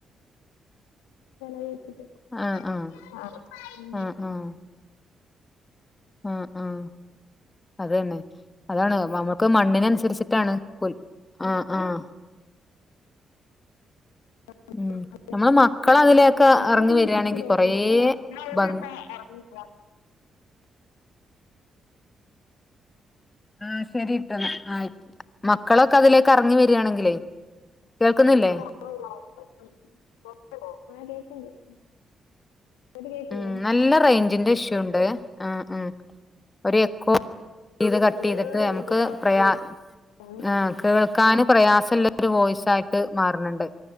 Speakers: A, on the left; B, on the left.
A: <unintelligible>
B: ആഹ് ആഹ്
A: ആഹ്
B: ആഹ് ആഹ് ആഹ് ആഹ് അതന്നെ അതാണ് നമുക്ക് മണ്ണിനനുസരിച്ചിട്ടാണ് <unintelligible> ആഹ് ആഹ്
A: <unintelligible>
B: ഉം നമ്മള് മക്കള് അതിലേക്ക് ഇറങ്ങി വരിയാണെങ്കിൽ കൊറേ ഭംഗി ആഹ് ശരിട്ടന്നാ ആയി മക്കളൊക്കെ അതിലേക്ക് ഇറങ്ങി വരിയാണെങ്കിലെ കേൾക്കുന്നില്ലേ
A: <unintelligible>
B: ഉം നല്ല റേഞ്ചിന്റെ ഇഷ്യൂ ഉണ്ട് ആഹ് ആഹ് ഒരു എക്കോ ഇത് കട്ട്
A: പൊതുവേ
B: ചെയ്തിട്ട്
A: റേഞ്ച്
B: നമുക്ക്
A: കുറവാ
B: പ്രയാ
A: <unintelligible>
B: ആഹ് കേൾക്കാൻ പ്രയാസില്ല ഒരു വോയിസായിട്ട് മാറുന്നുണ്ട്